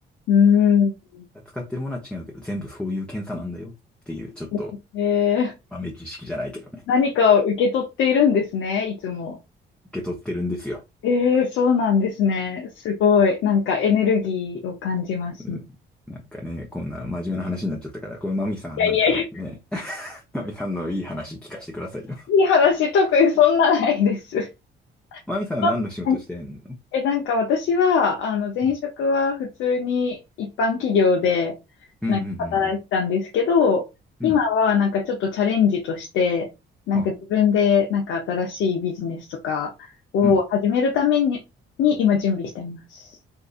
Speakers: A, on the left; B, in the centre.
A: うん。うん
B: る。使ってるものは違うけど、全部そういう検査なんだよっていう、ちょっと
A: へえ
B: 豆知識じゃないけどね、
A: 何かを受け取っているんですね、いつも。
B: 受け取ってるんですよ。
A: ええ、そうなんですね。すごい。なんかエネルギーを感じますね。
B: うんなんかね、こんな真面目な話になっちゃったから、これマミさんなんかね、
A: いやいやいや、
B: <laughs> マミさんのいい話聞かせてくださいよ。
A: いい話、特にそんなないです。
B: <laughs> マミさんは何の仕事してんの
A: はいえ、なんか私は、あの、前職は普通に一般企業で、
B: うん。うんうん
A: なんか働いてたんですけど、
B: うんうん。
A: 今はなんかちょっとチャレンジとして、
B: うん。
A: なんか自分でなんか新しいビジネスとかを始めるために、
B: あ、うん。
A: に今準備してます。